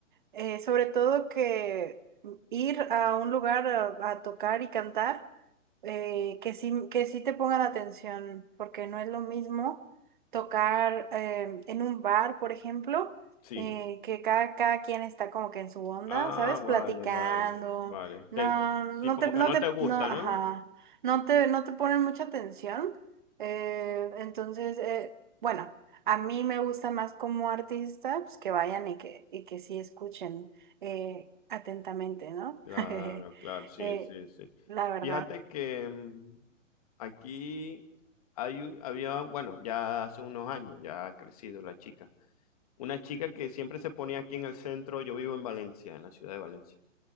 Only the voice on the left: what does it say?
sí.
Ah,
vale, vale, vale.
Te-
sí, como
que no
te gusta,
¿no?
Claro,
claro, sí,
sí, sí.
Fíjate que mm, aquí hay, un- había, bueno, ya hace unos años, ya ha crecido la chica. Una chica que siempre se ponía aquí en el centro, yo vivo en Valencia, en la ciudad de Valencia.